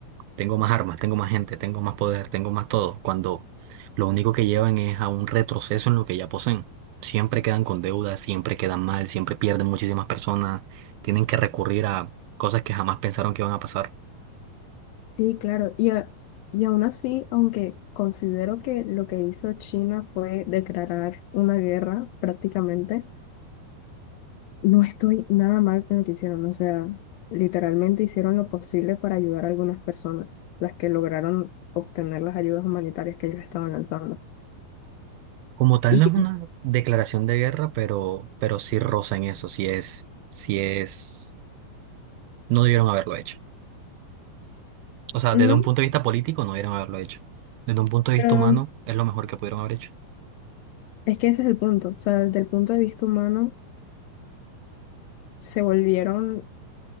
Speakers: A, on the right (about 80°); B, on the left (about 75°).
A: Tengo más armas, tengo más gente, tengo más poder, tengo más todo, cuando lo único que llevan es a un retroceso en lo que ya poseen. Siempre quedan con deudas, siempre quedan mal, siempre pierden muchísimas personas, tienen que recurrir a cosas que jamás pensaron que iban a pasar.
B: Sí, claro. Y, a- y aún así, aunque considero que lo que hizo China fue declarar una guerra prácticamente, no estoy nada mal con lo que hicieron. O sea, literalmente hicieron lo posible para ayudar a algunas personas, las que lograron obtener las ayudas humanitarias que ellos estaban lanzando.
A: Como tal,
B: Y
A: no es una declaración de guerra, pero, pero sí roza en eso, sí es, sí es, no debieron haberlo hecho. O sea,
B: no,
A: desde un punto de vista político, no debieron haberlo hecho. Desde un punto de
B: pero
A: vista humano, es lo mejor que pudieron haber hecho.
B: es que ese es el punto. O sea, desde el punto de vista humano, se volvieron